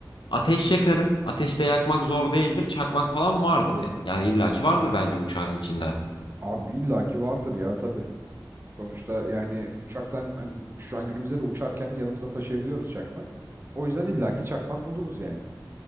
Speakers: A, on the left; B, on the right.
A: Ateş yakarım. Ateşte yakmak zor değildir. Çakmak falan var değil mi? Yani illaki vardır bence uçağın içinde.
B: Abi illaki vardır ya tabii. Sonuçta yani uçaktan hani şu an günümüzde de uçarken yanımıza taşıyabiliyoruz çakmak. O yüzden illaki çakmak buluruz yani.